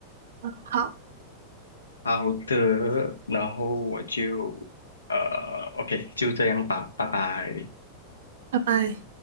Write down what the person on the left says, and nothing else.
好的，然后我就呃，OK，就这样吧，拜拜。